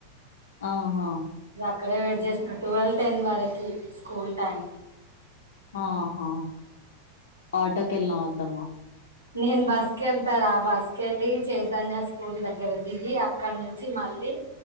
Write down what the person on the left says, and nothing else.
ఆహా
ఆహా ఆటోకి వెళ్ళ అత్తమ్మ